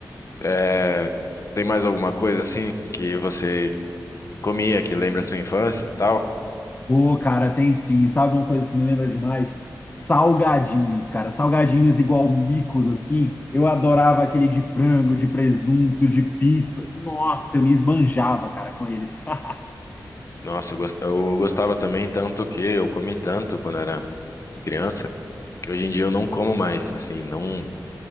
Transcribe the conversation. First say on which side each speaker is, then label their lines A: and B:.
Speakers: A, on the left (about 45°); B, on the left (about 25°).
A: É, tem mais alguma coisa assim que você comia que lembra a sua infância e tal?
B: Ô, cara, tem sim. Sabe uma coisa que me lembra demais? Salgadinhos, cara. Salgadinhos igual micos, assim. Eu adorava aquele de frango, de presunto, de pizza. Nossa, eu me esbanjava, cara, com eles. <laughs>
A: Nossa, eu gos- eu gostava também tanto que eu comi tanto quando era criança, que hoje em dia eu não como mais, assim, não